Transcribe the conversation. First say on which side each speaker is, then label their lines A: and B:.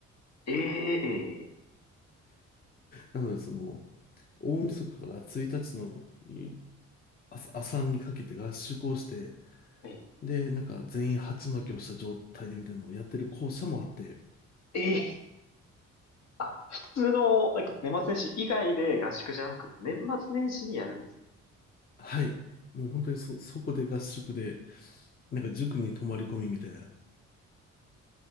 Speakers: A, on the left (about 60°); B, on the left (about 30°).
A: ええ、
B: なので、その、大晦日から1日のい朝、朝にかけて合宿をして、
A: ええ、
B: で、なんか全員鉢巻きをした状態でみたいなのをやってる校舎もあって、
A: ええ、あ、普通の、なんか年末年始以外で合宿じゃなくて、年末年始にやるんですね
B: はい。もう本当にそ、そこで合宿で、なんか塾に泊まり込みみたいな。